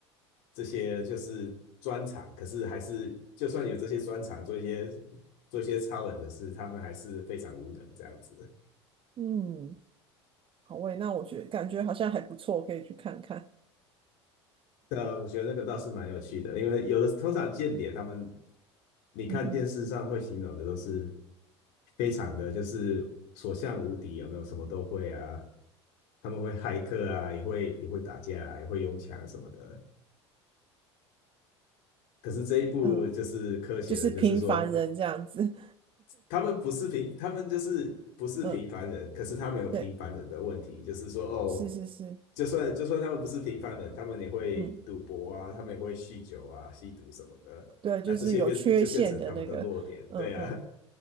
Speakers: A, on the left (about 65°); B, on the right (about 35°).
A: 这些就是专长，可是还是就算有这些专长，做一些做一些超人的事，他们还是非常无能这样子。
B: 嗯，好喂，那我觉得感觉好像还不错，可以去看看。
A: 对啊，我觉得那个倒是蛮有趣的，因为有的通常间谍他们，你看电视上会形容的都是
B: 嗯哼，
A: 非常的就是所向无敌，有没有什么都会啊？他们会骇客啊，也会也会打架啊也会用枪什么的。可是这一部就是科学的，
B: 嗯，就是平凡人这样子。
A: 就是说他们不是平，他们就是不是平凡人，
B: 嗯，
A: 可是他们有平凡人的问题，
B: 对，
A: 就是说哦，
B: 是是是，
A: 就算就算他们不是平凡人，他们也会赌博啊，
B: 嗯，
A: 他们也会酗酒啊、吸毒什么的，
B: 对啊，
A: 那这些变就变成他们的弱点，
B: 就是有缺陷的那个，嗯嗯，
A: 对啊，